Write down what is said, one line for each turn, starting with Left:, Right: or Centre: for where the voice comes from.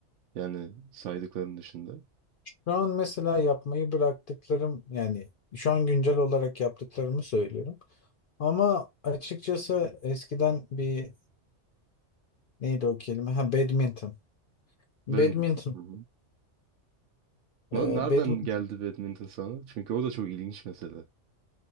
Right: Yani saydıkların dışında.
Left: Şu an mesela yapmayı bıraktıklarım yani şu an güncel olarak yaptıklarımı söylüyorum. Ama açıkçası eskiden bir neydi o kelime? Ha, badminton. Badminton.
Right: Badminton. Hı hı. Na-
Left: Ee,
Right: Nereden
Left: badminton.
Right: geldi badminton sana? Çünkü o da çok ilginç mesele.